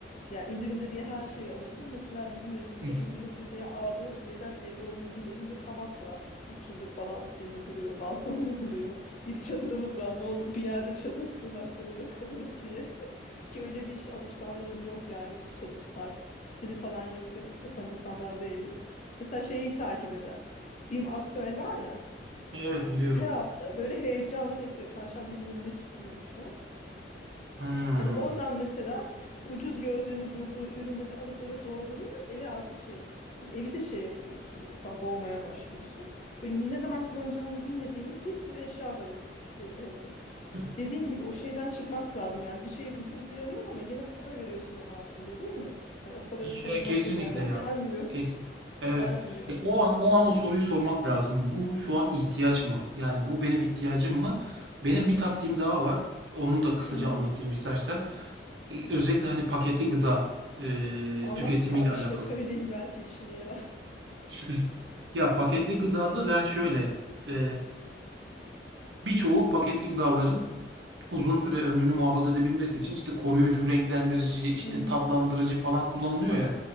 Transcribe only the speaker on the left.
Ya indirimde diye her şeyi alabilir. Mesela bizim evimizde
indirimde diye aldı. Neden evde olduğunu bilmediğim bir hamak var. 3 yıldır falan şeyde duruyor, balkonda <laughs> duruyor. Bir çadırımız var. Ne olur bir yerde çadır kurmak zorunda kalırız diye. <laughs> Ki öyle bir iş alışkanlığımız yok yani. Hiç çadır tatili falan yapıyor, yapan insanlar değiliz. Mesela şeyi takip eder. BİM Aktüel var ya.
Her hafta böyle heyecanla bekliyor. Perşembe günü mü ne çıkıyormuşu?
Hani oradan mesela ucuz gördüğünü bulduğu ürünleri alıp eve dolduruyor. Eve artık şey hani evi de şey yapıyorsun bu defa boğmaya başlıyorsun. Böyle ne zaman kullanacağımı bilmediğimiz bir sürü eşya var e, ev- evde.
Dediğin gibi o şeyden çıkmak lazım. Yani bir şeyi ucuz diye alıyorsun ama gene para veriyorsun ona aslında değil mi? Hani o para
sana
başka bir yerden
gelmiyor.
<laughs>
Gelmiyor.
Hı hı.
Anlat
kardeşime
söyleyeyim belki işine yarar.
Hı hı.